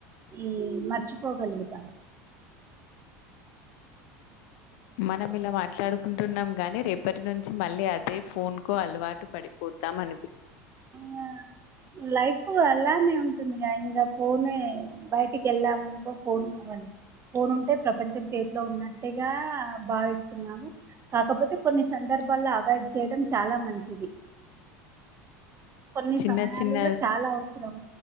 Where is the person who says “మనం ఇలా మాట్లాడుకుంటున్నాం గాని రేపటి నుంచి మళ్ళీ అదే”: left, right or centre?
Left